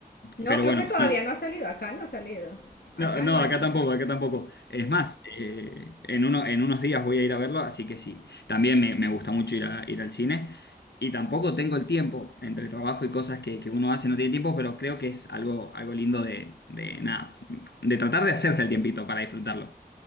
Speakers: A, on the left (about 70°); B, on the left (about 85°).
A: No,
B: pero
A: creo
B: bueno,
A: que todavía
B: no.
A: no ha salido. Acá no ha salido. Acá
B: No, no,
A: no ha
B: acá tampoco, acá tampoco. Es más, eh, en uno, en unos días voy a ir a verlo, así que sí. También me, me gusta mucho ir a, ir al cine. Y tampoco tengo el tiempo, entre trabajo y cosas que, que uno hace, no tiene tiempo, pero creo que es algo, algo lindo de, de nada, de tratar de hacerse el tiempito para disfrutarlo.